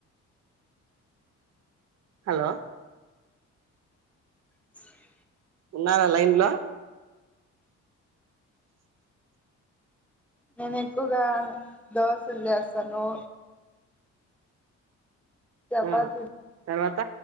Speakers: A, on the right (about 60°); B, in the centre.
A: హలో.
B: స <inaudible>
A: ఉన్నారా లైన్లో.?
B: నేనుక్కుగా దోశల్ జేస్తాను. చెపాతీ
A: ఆ
B: ల్
A: తర్వాత